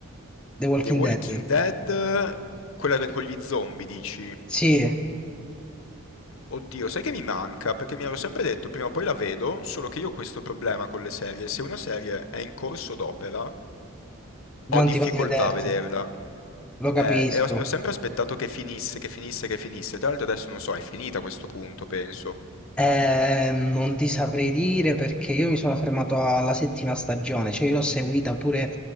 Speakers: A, in the centre; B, on the left.
A: The Walking
B: The Walking
A: Dead.
B: Dead, quella con gli zombie, dici?
A: Sì,
B: Oddio, sai che mi manca? Perché mi ero sempre detto prima o poi la vedo, solo che io ho questo problema con le serie. Se una serie è in corso d'opera,
A: non
B: ho difficoltà
A: ti va di vederti,
B: a vederla.
A: lo capisco.
B: Eh, e ho, e ho sempre aspettato che finisse, che finisse, che finisse. Tra l'altro adesso non so, è finita a questo punto, penso.
A: Ehm, non ti saprei dire perché io mi sono fermato alla settima stagione, cioè io l'ho seguita pure